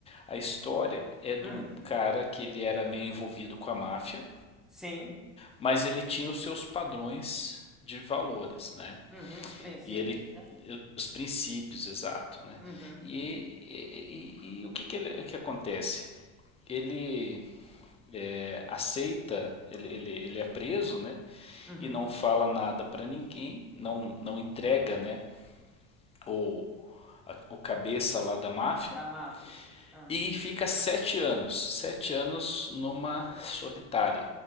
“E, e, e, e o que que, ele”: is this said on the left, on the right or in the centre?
Left